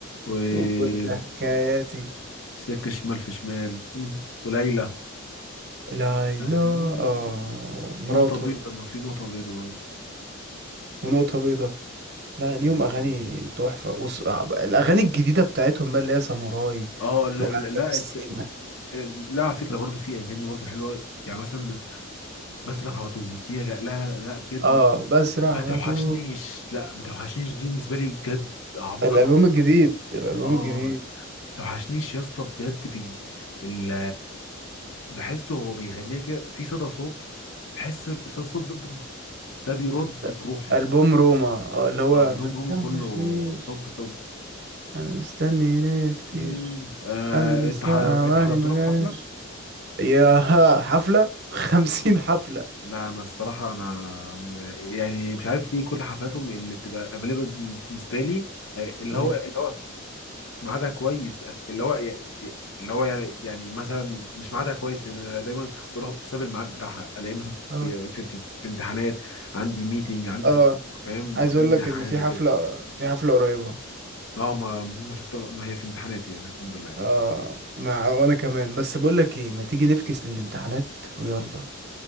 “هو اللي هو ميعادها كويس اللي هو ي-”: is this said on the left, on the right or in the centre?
Left